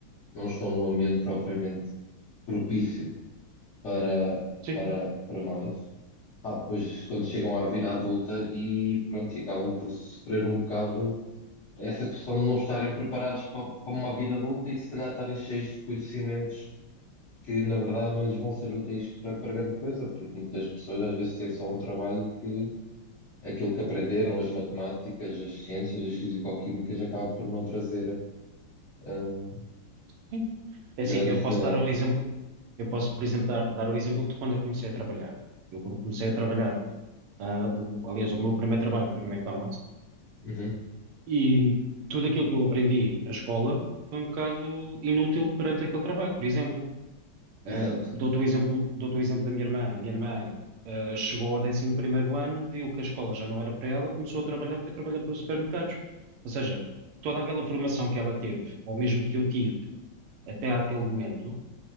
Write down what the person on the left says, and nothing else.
não estão num ambiente propriamente propício para,
para, para mais. Pá, depois, quando chegam à vida adulta e pronto, e acabam por sofrer um bocado essa questão de não estarem preparados para, para uma vida adulta e se calhar estarem cheios de conhecimentos que na verdade não lhes vão ser úteis para, para grande coisa, porque muitas pessoas às vezes têm só um trabalho que aquilo que aprenderam, as matemáticas, as ciências, as fisicoquímicas, acaba por não trazer hum,
grande
utilidade.
Uhum,
exato.